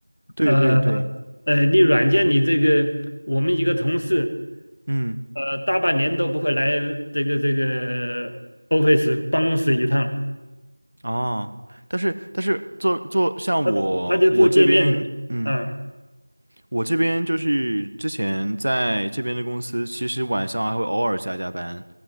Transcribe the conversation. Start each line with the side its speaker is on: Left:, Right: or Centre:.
Right: 对对对，
Left: 呃呃，你软件你这个我们一个同事
Right: 嗯
Left: 呃大半年都不会来这个这个 office 办公室一趟。
Right: 哦，但是但是做做像我我这边，
Left: 他他就做界面的，
Right: 嗯。
Left: 嗯，
Right: 我这边就是之前在这边的公司，其实晚上还会偶尔加加班，